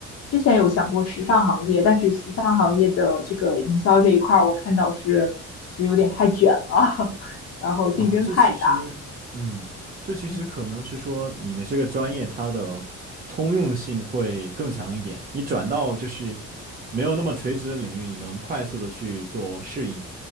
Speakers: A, on the left (about 55°); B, on the right (about 30°).
A: 之前有想过时尚行业，但是时尚行业的这个营销这一块儿，我看到是是有点太卷了，<laughs> 然后竞争太大。
B: 啊，这其实，嗯，这其实可能是说你的这个专业它的通用性会更强一点，
A: 嗯。
B: 你转到就是没有那么垂直的领域，你能快速的去做适应。